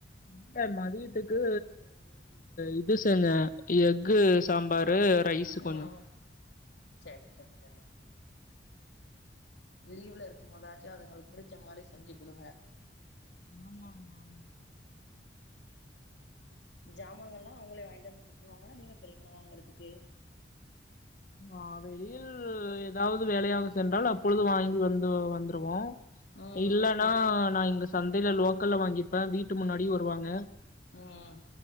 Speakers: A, on the left (about 50°); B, on the left (about 80°).
A: இல்ல மதியத்துக்கு இது செஞ்சே எஃகு சாம்பாரு ரைஸு கொஞ்சோ
B: உம் செர் செர் செ லீவுல இருக்கும் போதாச்சு அதுங்குளுக்கு புடிச்ச மாதிரி செஞ்சு குடுங்க
A: ஆமா ஆமா ஆமா
B: ஜாமாங்கலா அவுங்களே வாங்கிட்டு வந்து குடுத்துருவாங்களா நீங்க போறீங்களா வாங்குறதுக்கு
A: நா வெளியில் ஏதாவது வேலையாக சென்றால் அப்பொழுது வாங்கி வந்து வந்துருவோ
B: ம்
A: இல்லன்னா நா இங்க சந்துல லோக்கல்ல வாங்கிப்பே வீட்டு முன்னாடி வருவாங்க
B: ம்